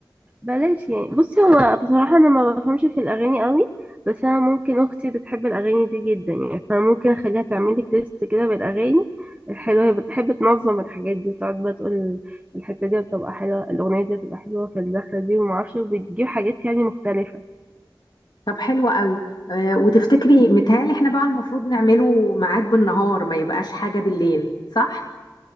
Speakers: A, on the right; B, on the left.
A: بلاش يعني بصي هو بصراحة أنا ما بفهمش في الأغاني قوي بس أنا ممكن أختي بتحب الأغاني دي جدا يعني فممكن أخليها تعمل لك ليست كده بالأغاني الحلوة هي بتحب تنظم الحاجات دي وتقعد بقى تقول الحتة دي بتبقى حلوة الأغنية دي بتبقى حلوة في الدخلة دي ومعرفش بتجيب حاجات يعني مختلفة
B: طب حلو قوي آه، وتفتكري متهيألي احنا بقى المفروض نعمله ميعاد بالنهار ما يبقاش حاجة بالليل صح؟